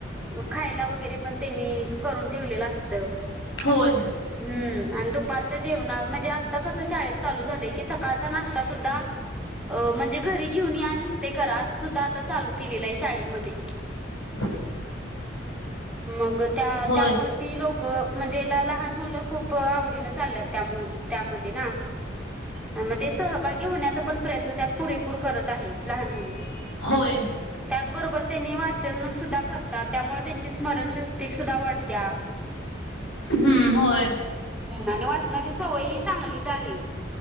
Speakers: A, in the centre; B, on the left (about 70°).
A: खायला वगैरे पण त्यांनी करून ठेवलेलं असत.
B: होय
A: हम्म आणि दुपारच्या जेवणा म्हणजे आता कसं शाळेत चालू झालं की सकाळचा नाश्ता सुद्धा अ म्हणजे घरी घेऊन आणि इ ते करा असं सुद्धा आता चालू केलेलं आहे शाळेमध्ये
B: ह <inaudible>
A: मग त्या
B: होय
A: त्यामुळे ती लोक म्हणजे लहान मुलं खूप आवडीनें चालल्यात त्यामु त्यामध्ये मग ते सहभागी होण्याचा पण प्रयत्न त्यात पुरेपूर करत आहेत. लहान मुलं
B: होय
A: त्याचबरोबर त्यांनी वाचन सुद्धा करतात त्यामुळे त्यां ची स्मरण शक्ती सुद्धा वाढत्या.
B: हम्म होय.
A: आणि वाचनाची सवय ही चांगलीच आहे